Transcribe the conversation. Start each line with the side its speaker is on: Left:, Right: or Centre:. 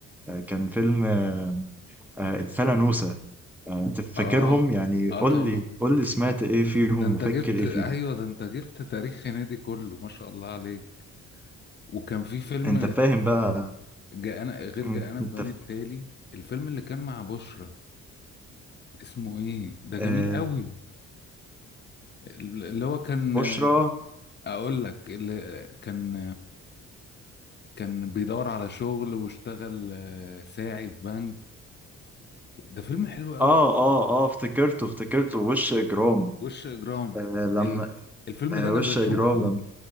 Centre: وكان فيلم آه، الفلانوسة آه، تفكرهم
Left: اه
Centre: يعني
Left: اه
Centre: قول
Left: طبعا
Centre: لي قول لي سمعت ايه فيهم
Left: ده انت
Centre: وفاكر
Left: جبت
Centre: ايه
Left: ايوه
Centre: فيهم
Left: ده انت جبت تاريخ هنيدي كله ما شاء الله عليك وكان في فيلم
Centre: انت فاهم بقى
Left: جاءنا غير
Centre: انت
Left: جاءنا بني
Centre: انت ف-
Left: التالي الفيلم اللي كان مع بشرى اسمه ايه ده جميل
Centre: آه،
Left: قوي اللي هو كان
Centre: بشرى
Left: اقول لك اللي كان كان بيدور على شغل واشتغل آه، ساعي في بنك ده فيلم حلو قوي
Centre: اه اه اه افتكرته افتكرته وش اجرام
Left: وش اجرام
Centre: آه لما
Left: ال- الفيلم
Centre: آه
Left: ده انا
Centre: وش
Left: بشوفه
Centre: اجرام لما